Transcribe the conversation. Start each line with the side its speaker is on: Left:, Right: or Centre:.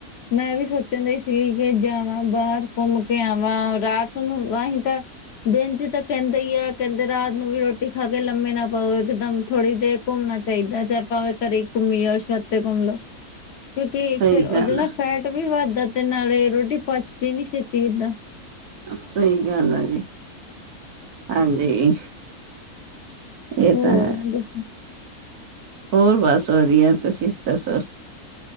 Left: ਮੈਂ ਵੀ ਸੋਚਣ ਦਾ ਸੀ। ਕੇ ਜਾਵਾਂ, ਬਾਹਰ ਘੁੰਮ ਕੇ ਆਵਾਂ। ਰਾਤ ਨੂੰ ਅਸੀ ਤਾਂ। ਦਿਨ 'ਚ ਤਾਂ ਕਹਿੰਦਾ ਹੀ ਆ। ਕਹਿੰਦੇ ਰਾਤ ਨੂੰ ਵੀ ਰੋਟੀ ਖਾ ਕੇ ਲੰਮੇ ਨਾ ਪਾਓ ਇੱਕਦਮ ਥੋੜ੍ਹੀ ਦੇਰ ਘੁੰਮਣਾ ਚਾਹੀਦਾ ਜੇ ਆਪਾਂ ਵੀ ਘਰੇ। ਘੁੰਮੀ ਜਾਉ ਜਾਂ ਛੱਤ ਤੇ ਘੁੰਮ ਲਓ। ਕਿਉਂਕਿ
Right: ਸਹੀ
Left: ਫੇਰ ਉਹਦੇ
Right: ਗੱਲ
Left: ਨਾ
Right: ਆ
Left: ਫੈਟ ਵੇਟ ਵੀ ਵੱਧਦਾ ਤੇ ਨਾਲੇ ਰੋਟੀ ਪਚਦੀ ਨੀ ਛੇਤੀ ਏਦਾਂ।
Right: ਸਹੀ ਗੱਲ ਆ ਜੀ। ਹਾਂਜੀ। ਇਹ
Left: ਹੋਰ
Right: ਤਾਂ ਹੈ।
Left: ਦੱਸੋ?
Right: ਹੋਰ ਬਸ ਵਧੀਆ। ਤੁਸੀਂ ਦੱਸੋ?